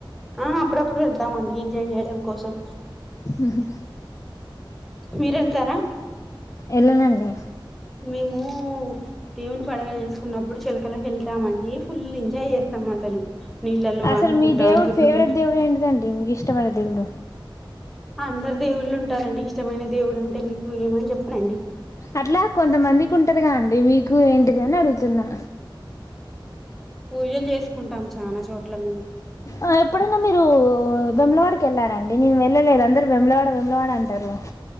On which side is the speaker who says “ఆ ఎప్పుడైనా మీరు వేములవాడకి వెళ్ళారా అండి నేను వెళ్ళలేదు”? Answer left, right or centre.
Left